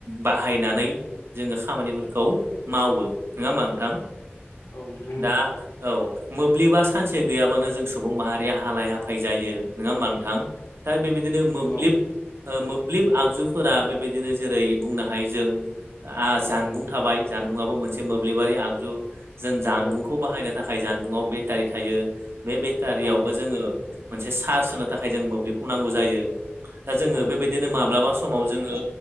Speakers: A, on the right (about 70°); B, on the left (about 75°).
A: बाहायनानै जोङो खामानिफोरखौ मावो नङा ओमबा नोंथां
B: औ नंगौ नोंथां
A: दा औ मोब्लिबा सानसे गैयाबानो जों सुबुं माहारिया हालाय हाफाय जायो नङा ओमबा नोंथां? दा बेबायदिनो मोब्लिब
B: औ
A: मोब्लिब आगजुफोरा बे बायदिनो जेरै बुंनो हायो जों आं जानबुं थाबाय जानबुंआबो मोनसे मोब्लिबारि आगजु जों जानबुंखौ
B: औ
A: बाहायनो थाखाय जानबुङाव बेटारि थायो। बे बेटारियावबो
B: औ
A: जोङो मोनसे चार्ज होनो थाखाय जों मोब्लिबखौ नांगौ जायो। दा जोङो
B: औ
A: बेबायदिनो माब्लाबा समाव जोङो